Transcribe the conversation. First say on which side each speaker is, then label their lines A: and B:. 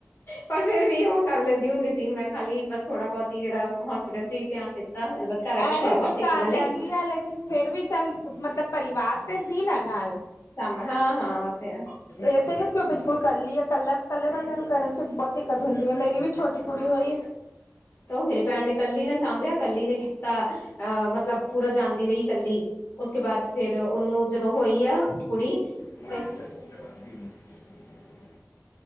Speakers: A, on the left; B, on the left.
A: ਪਰ ਫੇਰ ਵੀ ਉਹ ਕਰ ਲੈਂਦੀ ਹੁੰਦੀ ਸੀ ਮੈਂ ਖਾਲੀ ਬਸ ਥੋੜਾ ਬਹੁਤ ਹੀ ਜਿਹੜਾ ਹੋਸਪਟਲ ਚ ਹੀ ਧਿਆਨ ਦਿੱਤਾ ਮ ਬਾਦ ਘ ਆ
B: ਐਰੇ
A: ਥੋੜਾ ਬਹੁਤ
B: ਤੇ
A: ਦੇ
B: ਕਰ
A: ਉਹ
B: ਲੈਂਦੀ
A: ਨੇ
B: ਆ ਲੇਕਿਨ ਫੇਰ ਵੀ ਚੱਲ ਮਤਲਬ ਪਰਿਵਾਰ ਤੇ ਸੀ ਨਾ ਨਾਲ
A: ਕੰਮ ਹਾਂ ਹਾਂ ਉਹ ਤੇ ਹੈ।
B: ਇਹ ਤੇ ਨੀ ਕਿ ਉਹ ਬਿਲਕੁਲ ਇਕੱਲੀ ਹੈ ਇਕੱਲਾ ਇਕੱਲੇ ਬੰਦੇ ਨੂੰ ਕਰਨ। ਬਹੁਤ ਦਿੱਕਤ ਹੁੰਦੀ ਹੈ ਮੇਰੀ ਵੀ ਛੋਟੀ ਕੁੜੀ ਹੋਈ।
A: ਤਾਂ ਉਹ ਮੇਰੀ ਭੈਣ ਨੇ ਕੱਲੀ ਨੇ ਸਾਂਭਿਆ ਕੱਲੀ ਨੇ ਕੀਤਾ ਅ ਮਤਲਬ ਪੂਰਾ ਜਾਂਦੀ ਰਹੀ ਕੱਲੀ। ਉਸਕੇ ਬਾਅਦ ਫੇਰ ਉਹਨੂੰ ਜਦੋਂ ਹੋਈ ਆ ਕੁੜੀ।
B: <unintelligible>
A: ਤੇ